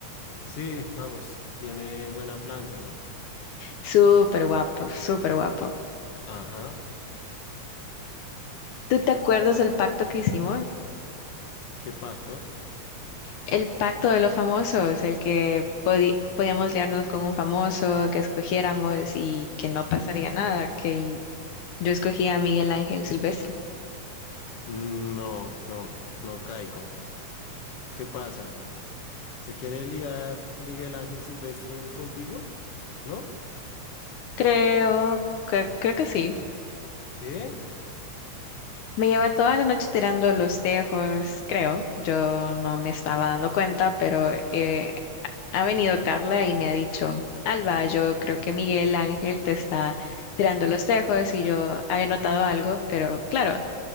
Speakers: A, on the left (about 50°); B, on the left (about 75°).
A: Sí, vamos, tiene buena planta, ¿no?
B: súper guapo, súper guapo.
A: Ajá,
B: ¿Tú te acuerdas del pacto que hicimos?
A: ¿qué pacto?
B: El pacto de los famosos, el que podi- podíamos liarnos con un famoso, que escogiéramos y que no pasaría nada, que yo escogía a Miguel Ángel Silvestre.
A: Mm, No, no, no caigo. ¿Qué pasa? ¿Se quiere liar Miguel Ángel Silvestre contigo? ¿No?
B: Creo que creo que sí.
A: ¿Qué?
B: Me lleva toda la noche tirando los tejos, creo. Yo no me estaba dando cuenta, pero eh, ha venido Carla y me ha dicho, Alba, yo creo que Miguel Ángel te está tirando los tejos y yo había notado algo, pero claro,